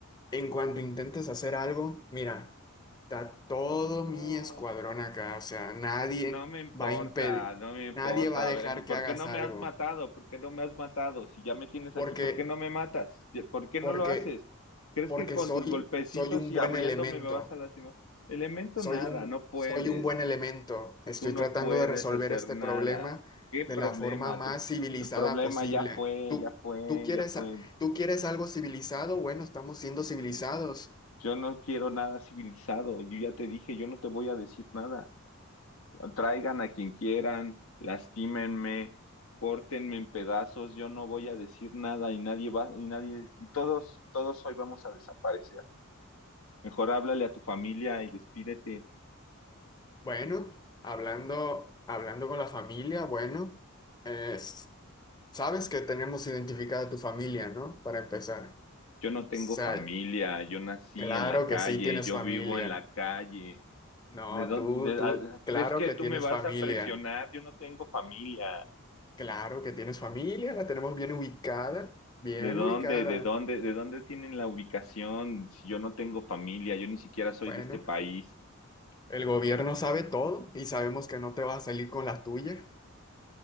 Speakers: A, on the left (about 20°); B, on the left (about 80°).
A: en cuanto intentes hacer algo, mira, está todo mi
B: Oh,
A: escuadrón acá, o sea, nadie
B: No me importa,
A: va a impedir,
B: no me importa.
A: nadie va a dejar
B: A ver, ¿por
A: que hagas
B: qué no
A: algo
B: me has matado? ¿Por qué no me has matado? Si ya me tienes
A: porque,
B: aquí, ¿por qué no me matas? ¿Por qué
A: porque,
B: no lo haces? ¿Crees
A: porque
B: que con
A: soy,
B: tus golpecitos
A: soy un
B: y
A: buen
B: abriéndome
A: elemento.
B: me vas a lastimar? Elemento
A: Soy
B: nada,
A: un,
B: no puedes.
A: soy un buen elemento. Estoy
B: tú no
A: tratando
B: puedes
A: de resolver
B: hacer
A: este
B: nada.
A: problema
B: ¿Qué
A: de
B: problema?
A: la forma más
B: Tu-
A: civilizada
B: el problema
A: posible.
B: ya fue,
A: ¿Tú,
B: ya fue,
A: tú quieres,
B: ya fue.
A: a- tú quieres algo civilizado? Bueno, estamos siendo civilizados.
B: Yo no quiero nada civilizado. Yo ya te dije, yo no te voy a decir nada. Traigan a quien quieran, lastímenme, córtenme en pedazos. Yo no voy a decir nada y nadie va, y nadie, y todos, todos hoy vamos a desaparecer. Mejor háblale a tu familia y despídete.
A: Bueno, hablando, hablando con la familia, bueno, es- sabes que tenemos identificada a tu familia, ¿no? Para empezar. O
B: Yo no tengo
A: sea,
B: familia, yo nací
A: claro
B: en la calle,
A: que sí tienes
B: yo
A: familia.
B: vivo en la calle.
A: No,
B: ¿De dónde?
A: tú, tú,
B: a-
A: claro
B: ¿Crees que
A: que
B: tú
A: tienes
B: me vas
A: familia.
B: a presionar? Yo no tengo familia.
A: Claro que tienes familia, la tenemos bien ubicada, bien
B: ¿De dónde?
A: ubicada.
B: ¿De dónde? ¿De dónde tienen la ubicación? Si yo no tengo familia, yo ni siquiera soy
A: Bueno,
B: de este país.
A: el gobierno sabe todo y sabemos que no te vas a salir con la tuya.